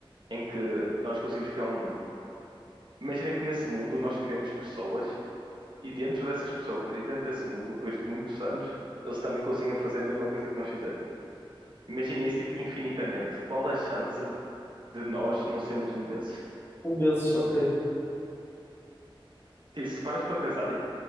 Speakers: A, on the right; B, on the left.
A: em que nós conseguimos criar um mundo. Imagina que nesse mundo nós criamos pessoas E dentro dessas pessoas, e dentro desse mundo, depois de muitos anos, eles também conseguiam fazer a mesma coisa que nós fizemos. Imagina isso, tipo, infinitamente. Qual a chance de nós não sermos um desses?
B: Um desses, ok,
A: Tipo, se paras para pensar, tipo,